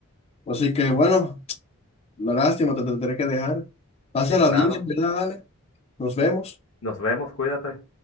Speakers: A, on the left; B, on the left.
A: Así que bueno, una lástima, te tendré que dejar. Pásala
B: Sí, claro.
A: bien, en verdad, Ale. Nos vemos.
B: Y nos vemos, cuídate.